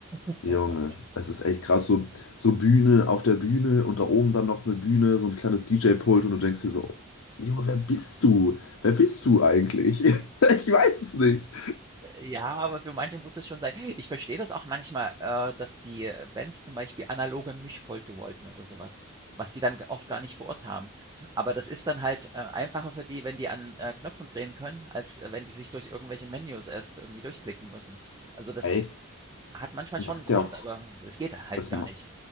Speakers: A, on the right; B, on the left.
A: <laughs>
B: Junge, es ist echt krass, so, so Bühne auf der Bühne und da oben dann noch eine Bühne, so ein kleines DJ-Pult und du denkst dir so, Junge, wer bist du? Wer bist du eigentlich? <laughs> Ich weiß es nicht.
A: Ja, aber für manche muss es schon sein. Ich verstehe das auch manchmal, äh, dass die, äh, Bands zum Beispiel analoge Mischpulte wollten oder sowas, was, die dann g oft gar nicht vor Ort haben. Aber das ist dann halt, äh, einfacher für die, wenn die an, äh, Knöpfen drehen können, als, äh, wenn die sich durch irgendwelche Menüs erst irgendwie durchklicken müssen. Also, das
B: Ey, es
A: hat manchmal
B: macht
A: schon einen Grund,
B: ja auch.
A: aber es geht halt
B: Es,
A: gar nicht.